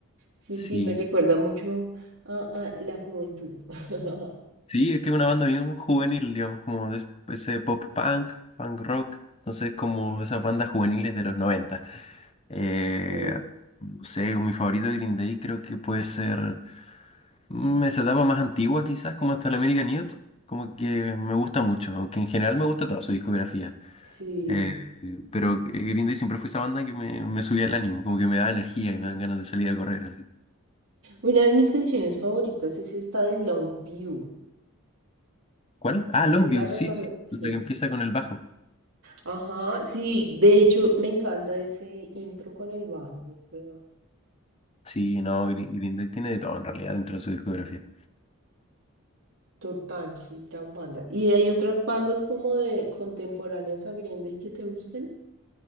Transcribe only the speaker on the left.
Sí,
Sí, es que es una banda bien juvenil, digamos, como de ese pop punk, punk rock, entonces como esas bandas juveniles de los 90. Eh,
no sé, mi favorito de Green Day creo que puede ser mm, esa etapa más antigua quizás, como hasta el American Idiot, como que me gusta mucho, aunque en general me gusta toda su discografía.
Eh, pero eh, Green Day siempre fue esa banda que me, me subía el ánimo, como que me da energía y me dan ganas de salir a correr así.
¿Cuál? Ah, Longview,
sí, sí,
la que empieza con el bajo.
Sí, no, Gre- Green Day tiene de todo en realidad dentro de su discografía.